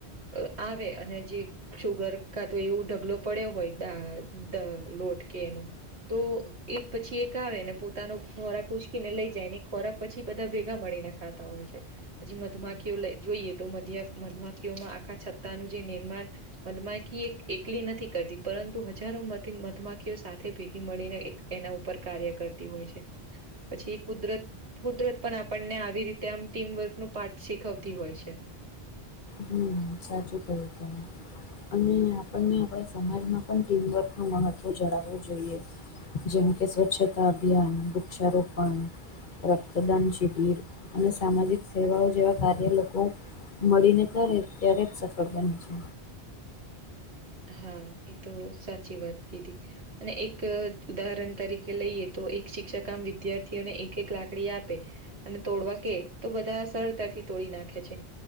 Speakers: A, on the right (about 75°); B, on the left (about 50°).
A: અ આવે અને જે શુગર કા તો એવું ઢગલો પડ્યો હોય દાઆ દ લોટ કે એનું તો એક પછી એક આવે ને પોતાનું ખોરાક ઉછકીને લઈ જાય એ ખોરાક પછી બધા ભેગા મળીને ખાતા હોય છે. પછી મધમાખીયો લય જોઈએ તો મધ્ય મધમાખીઓમાં આખા છતાંનું જે નિર્માણ મધમાખી એક એકલી નથી કરદી પરંતુ હજારો મધી મધમાખીઓ સાથે ભેગી મળીને એક એના ઉપર કાર્ય કરતી હોય છે. પછી કુદરત કુદરત પણ આપણને આવી રીતે આમ ટીમવર્કનું પાર્ટ શીખવતી હોય છે.
B: હમ્મ સાચું કયું તમે અને આપણને આપળા સમાજમાં પણ ટીમવર્ક નું મહત્વ જળાવું જોઈએ. જેમ કે સ્વચ્છતા અભિયાન, વૃક્ષારોપણ રક્તદાન શિબિર અને સામાજિક સેવાઓ જેવા કાર્ય લોકો મળીને કરે ત્યારે જ સફળ બને છે.
A: હા એ તો સાચી વાત કીધી અને એક ઉદાહરણ તરીકે લઈએ તો એક શિક્ષક આમ વિદ્યાર્થીઓને એક એક લાકડી આપે અને તોડવા કે તો બધા સરળતાથી તોડી નાખે છે.